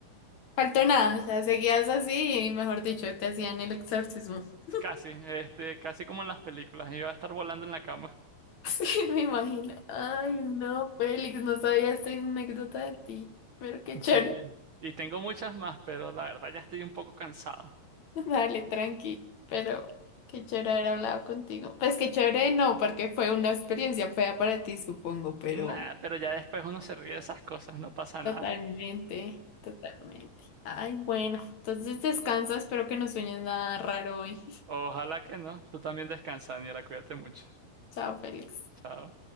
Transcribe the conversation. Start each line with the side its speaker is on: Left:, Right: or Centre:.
Left: Faltó nada, o sea, seguías así y mejor dicho, te hacían el exorcismo. <laughs>
Right: <laughs> casi, este, casi como en las películas, iba a estar volando en la cama.
Left: Sí, me imagino. Ay, no, Félix, no sabía esta anécdota de ti, pero qué chévere.
Right: Sí. Y tengo muchas más, pero la verdad ya estoy un poco cansado.
Left: <laughs> Dale, tranqui, pero qué chévere haber hablado contigo. Pues qué chévere no, porque fue una experiencia fea para ti, supongo, pero
Right: Nah, pero ya después uno se ríe de esas cosas, no pasa nada.
Left: totalmente, totalmente. Ay, bueno, entonces descansa, espero que no sueñes nada raro hoy.
Right: Ojalá que no. Tú también descansa, Daniela, cuídate mucho.
Left: <laughs> Chao, Félix.
Right: Chao.